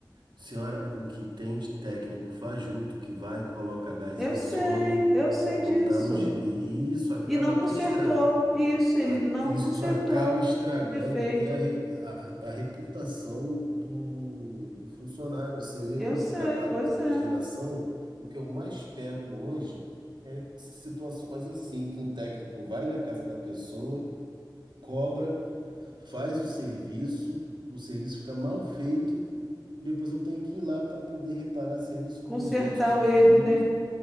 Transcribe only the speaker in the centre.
Eu
sei,
eu sei
disso.
E não
consertou.
Isso, ele
não
consertou
o defeito.
Eu
sei,
pois
é.
Consertar
o
erro, né?